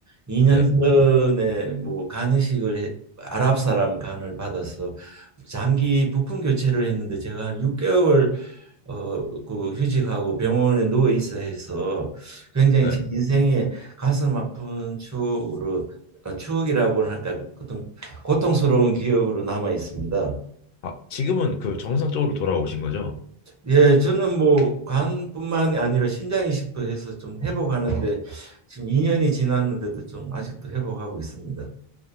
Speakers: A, on the right (about 20°); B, on the left (about 65°).
A: 2년
B: 네,
A: 전에 뭐 간이식을 해- 아랍 사람 간을 받아서 장기 부품 교체를 했는데 제가 한 6개월 어, 그 휴직하고 병원에 누워 있어 해서 굉장히
B: 네.
A: 제 인생에 가슴 아픈 추억으로 어, 추억이라고는 할까 어떤 고통스러운 기억으로 남아 있습니다.
B: 아, 지금은 그 정상적으로 돌아오신 거죠?
A: 예, 저는 뭐 간뿐만 아니라 신장 이식도 해서 좀 회복하는데 지금 2년이 지났는데도 좀 아직도 회복하고 있습니다.